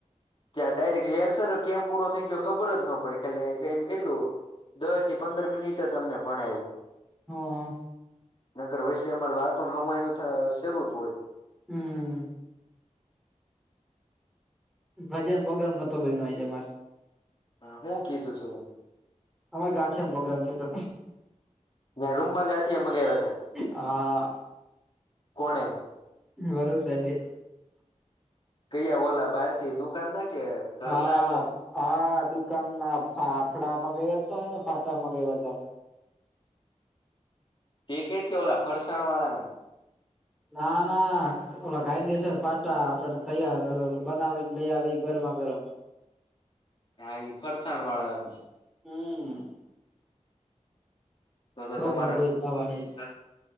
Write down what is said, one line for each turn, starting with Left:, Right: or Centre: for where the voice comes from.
Left: ત્યાં ડાયરેક્ટ લેક સર કેમ પૂરો થઈ ગયો? ખબર જ ન પડે, ખાલી એમ કેટલું દસ થી પંદર મિનિટ જ અમને ભણાયું.
Centre: હ.
Left: નકર વૈષ અમારે વાતુ હવા એનું શરૂત હોય.
Centre: હમ. ભજન પ્રોગ્રામ નતો બયનો, આજે અમારે.
Left: <unintelligible>
Centre: અમારે ગાછમાં પ્રોગ્રામ છે, તો
Left: ત્યાં રૂમમાં ગાંઠિયા મગાવ્યા છે,
Centre: હા
Left: કોને
Centre: વરો સાજે
Left: કૈયા ઓલા બાર થી દુકાન ના કે ઘરના
Centre: હા,
Left: હતા
Centre: હા, દુકાન ના ફાફડા માં ગયા હતા, ફાટામાં ગયા હતા.
Left: પેકેટ કેવલા ફરસાણવાળાના?
Centre: ના, ના, ઓલા કાયદેસર પાટા આપટને તૈયારશે બનાવીને લઈ આવે ગરમા ગરમ.
Left: હ, ઈ ફરસાણ વાળાનું.
Centre: હમ.
Left: તો, તો,
Centre: બઉ
Left: તમારા
Centre: મજા આઈ
Left: પો
Centre: ખાવાની
Left: જ